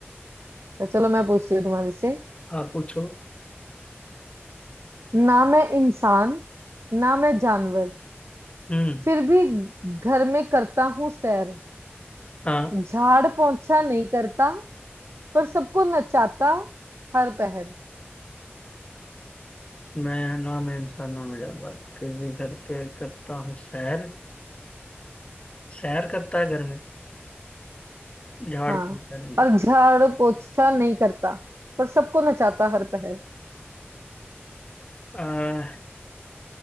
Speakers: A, on the right; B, on the left.
A: तो चलो मैं पूछती हूँ तुम्हारे से
B: आप पूछो
A: ना मैं इंसान ना मैं जानवर
B: हम्म
A: फिर भी घर में करता हूँ सैर
B: हाँ
A: झाड़ पोंछा नहीं करता पर सबको नचाता हर पहर
B: मैं ना मैं इंसानों में जानवर फिर भी घर पे करता हूँ सैर सैर करता है घर में झाड़
A: हाँ
B: फूकता नहीं
A: और झाड़ पोंछा नहीं करता पर सबको नचाता हर पहर
B: अह,